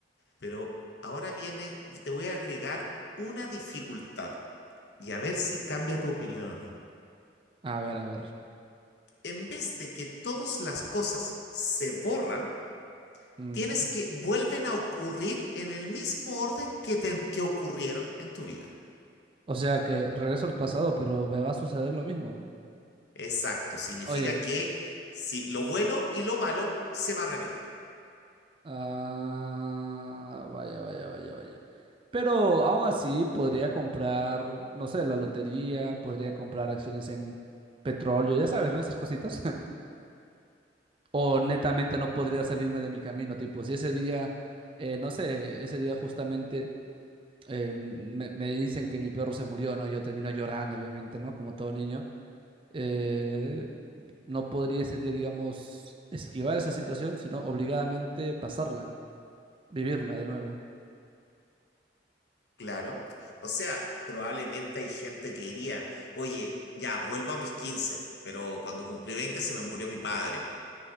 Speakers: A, on the left; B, on the right.
A: pero ahora viene, te voy a agregar una dificultad y a ver si cambia tu opinión o no.
B: a ver, a ver.
A: En vez de que todas las cosas se borran,
B: Ujú.
A: tienes que vuelven a ocurrir en el mismo orden que, te- que ocurrieron en tu vida.
B: O sea que regreso al pasado, pero me va a suceder lo mismo.
A: Exacto, significa
B: Oye,
A: que si lo bueno y lo malo se va a repetir,
B: Ah, vaya, vaya, vaya, vaya. Pero aún así podría comprar, no sé, la lotería, podría comprar acciones en petróleo, ya sabes, ¿no? Esas cositas. <laughs> O netamente no podría salirme de mi camino, tipo, si ese día, eh, no sé, ese día justamente eh, me, me dicen que mi perro se murió, ¿no? Yo termino llorando, obviamente, ¿no? Como todo niño. Eh, no podría ese día, digamos, esquivar esa situación, sino obligadamente pasarla, vivirla de nuevo.
A: claro. O sea, probablemente hay gente que diría, oye, ya, vuelvo a mis 15, pero cuando cumplí 20 se me murió mi padre.